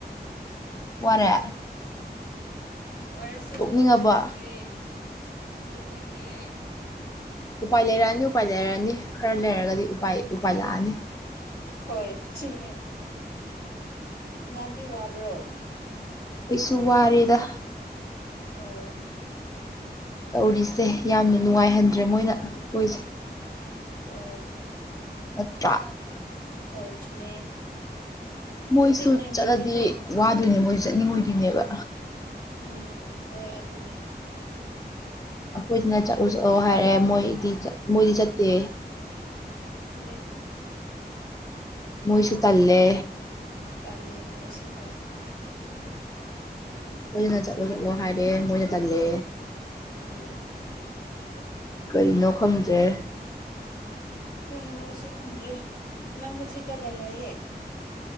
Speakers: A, on the left; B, on the left.
A: ꯋꯥꯔꯦ
B: ꯑꯣꯏꯔꯁꯨ
A: ꯇꯣꯛꯅꯤꯡꯉꯕꯣ
B: ꯎꯄꯥꯢ ꯂꯩꯇ꯭ꯔꯤ ꯇꯨꯝꯅꯤꯡꯂꯦ
A: ꯎꯄꯥꯏ ꯂꯩꯔꯛꯑꯅꯤ ꯎꯄꯥꯏ ꯂꯩꯔꯛꯑꯅꯤ ꯈꯔ ꯂꯩꯔꯒꯗꯤ ꯎꯄꯥꯏ ꯎꯄꯥꯏ ꯂꯥꯛꯑꯅꯤ
B: ꯍꯣꯏ ꯆꯨꯝꯃꯦ ꯅꯪꯗꯤ ꯋꯥꯕ꯭ꯔꯣ
A: ꯑꯩꯁꯨ ꯋꯥꯔꯦꯗ
B: ꯑꯣ
A: ꯇꯧꯔꯤꯁꯦ ꯌꯥꯝꯅ ꯅꯨꯡꯉꯥꯏꯍꯟꯗ꯭ꯔꯦ ꯃꯣꯏꯅ ꯈꯣꯏꯁꯦ
B: ꯍꯣꯏ
A: ꯅꯠꯇ
B: ꯍꯣꯏ ꯆꯨꯝꯃꯦ
A: ꯃꯣꯏꯁꯨ
B: ꯍꯧꯖꯤꯛ ꯅꯪꯒꯤ
A: ꯆꯠꯂꯗꯤ
B: ꯔꯨꯝꯃꯦꯠ
A: ꯋꯥꯗꯣꯏꯅꯦ ꯃꯣꯏ ꯆꯠꯅꯤꯡꯉꯣꯏꯗꯣꯏꯅꯦꯕ
B: ꯎꯝ ꯍꯣꯏ ꯑꯗꯨꯅꯦ
A: ꯑꯩꯈꯣꯏꯗꯅ ꯆꯠꯂꯨ ꯆꯠꯂꯎ ꯍꯥꯏꯔꯦ ꯃꯣꯏꯗꯤ ꯃꯣꯏꯗꯤ ꯆꯠꯇꯦ
B: ꯆꯨꯝꯃꯦ
A: ꯃꯣꯏꯁꯨ ꯊꯜꯂꯦ
B: ꯇꯥꯩꯂꯣ ꯃꯣꯏꯁꯨꯈꯣꯏ
A: ꯑꯩꯈꯣꯏꯁꯤꯅ ꯆꯠꯂꯣ ꯆꯠꯂꯣ ꯍꯥꯏꯔꯦ ꯃꯣꯏꯅ ꯇꯜꯂꯦ
B: ꯎꯝ
A: ꯀꯔꯤꯅꯣ ꯈꯪꯗ꯭ꯔꯦ
B: ꯀꯔꯤꯅꯣ ꯑꯩꯁꯨ ꯈꯟꯗ꯭ꯔꯦ ꯅꯪ ꯍꯧꯖꯤꯛ ꯀꯗꯥꯏ ꯂꯥꯛꯑꯦ